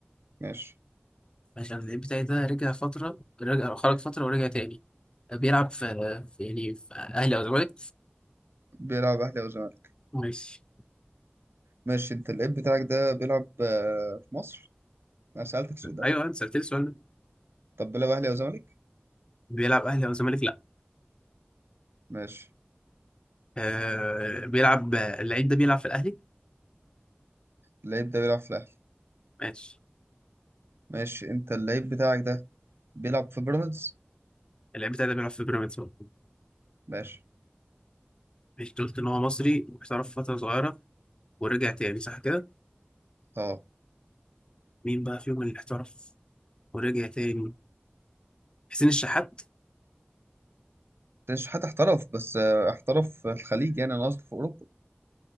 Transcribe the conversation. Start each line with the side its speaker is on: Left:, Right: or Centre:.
Right: ماشي
Left: عشان اللعيب بتاعي ده رجع فترة رجع خرج فترة ورجع تاني بيلعب في في- يعني في اهلي او زمالك
Right: بيلعب أهلي أو زمالك
Left: ماشي
Right: ماشي أنت اللعيب بتاعك ده بيلعب آه، في مصر أنا سألتك السؤال ده
Left: ايوه انت سالتني السؤال ده
Right: طب بيلعب أهلي أو زمالك
Left: بيلعب اهلي او زمالك لا
Right: ماشي
Left: آه بيلعب اللعيب ده بيلعب في الاهلي
Right: اللعيب ده بيلعب في الأهلي
Left: ماشي
Right: ماشي أنت اللعيب بتاعك ده بيلعب في بيراميدز
Left: اللعيب بتاع ده بيلعب في بيراميدز بقى.
Right: ماشي
Left: ماشي أنت قلت ان هو مصري واحترف فتره صغيره ورجع تاني صح كده
Right: أه
Left: مين بقى فيهم اللي احترف ورجع تاني حسين الشحات
Right: مش حد احترف بس آه، احترف في الخليج يعني أنا قصدي في أوروبا